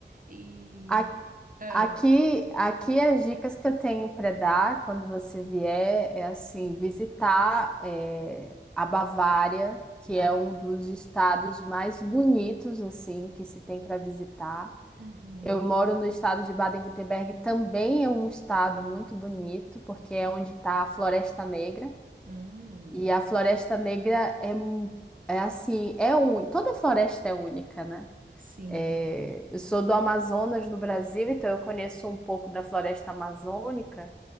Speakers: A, on the right; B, in the centre.
A: E...
B: A-
A: ah,
B: Aqui, aqui as dicas que eu tenho para dar quando você vier é assim,
A: hum,
B: visitar é, a Bavária, que
A: bafo.
B: é um dos estados mais bonitos assim que se tem para visitar.
A: Uhum.
B: Eu moro no estado de Baden-Württemberg, também é um estado muito bonito, porque é onde está a Floresta Negra.
A: Hum,
B: E a Floresta Negra é, um- é assim, é única. Toda floresta é única, né?
A: sim.
B: É, eu sou do Amazonas, no Brasil, então eu conheço um pouco da floresta amazônica.